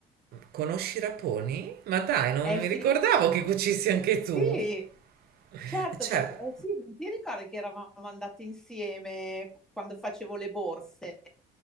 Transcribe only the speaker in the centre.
Eh
sì,
Sì,
certo,
perché eh, sì, non ti ricordi che eravamo andate insieme quando facevo le borse?